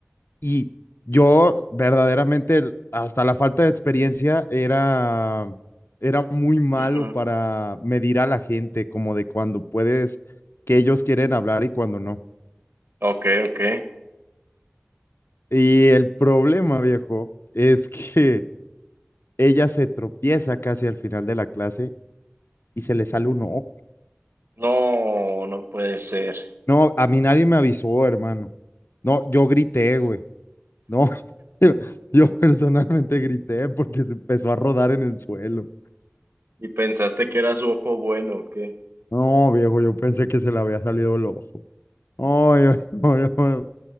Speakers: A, on the left; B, on the right.
A: y yo verdaderamente, hasta la falta de experiencia, era, era muy malo
B: ujú.
A: para medir a la gente, como de cuando puedes, que ellos quieren hablar y cuando no.
B: Ok, ok.
A: Y el problema, viejo, es que <laughs> ella se tropieza casi al final de la clase y se le sale un ojo.
B: No, no puede ser.
A: No, a mí nadie me avisó, hermano. No, yo grité, güey. No, <laughs> yo, yo personalmente grité porque se empezó a rodar en el suelo.
B: ¿Y pensaste que era su ojo bueno o qué?
A: No, viejo, yo pensé que se le había salido el ojo. No, yo, <laughs> no, yo-